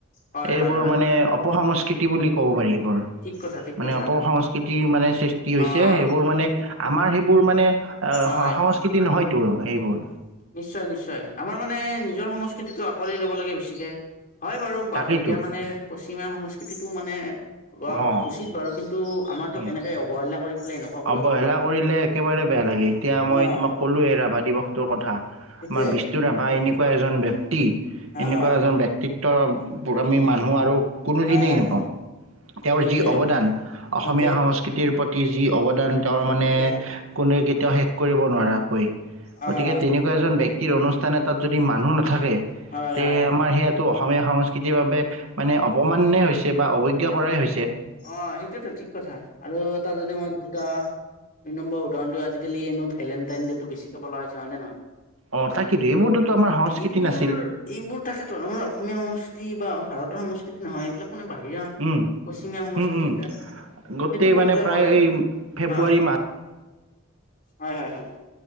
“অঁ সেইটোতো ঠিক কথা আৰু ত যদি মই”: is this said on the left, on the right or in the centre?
Left